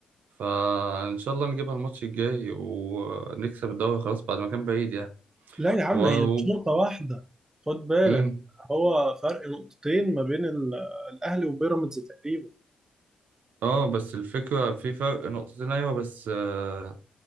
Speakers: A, on the right; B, on the right.
A: فإن شاء الله نجيبها الماتش الجاي ونكسب الدوري خلاص بعد ما كان بعيد يعني
B: لا يا عم
A: و...
B: هي
A: و...
B: مش نقطة واحدة خد بالك
A: مم.
B: هو فرق نقطتين ما بين ال- الاهلي وبيراميدز تقريبا
A: اه بس الفكرة في فرق نقطتين أيوة بس آه،